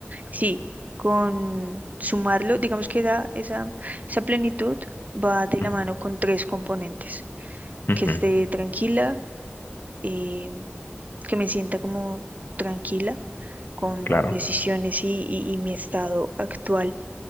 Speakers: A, on the right; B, on the left.
A: Sí, con sumarlo, digamos que da esa, esa plenitud va de la
B: Ujú,
A: mano con tres componentes,
B: ujú,
A: que esté tranquila, eh, que me sienta como tranquila con
B: Claro.
A: decisiones y, y- y mi estado actual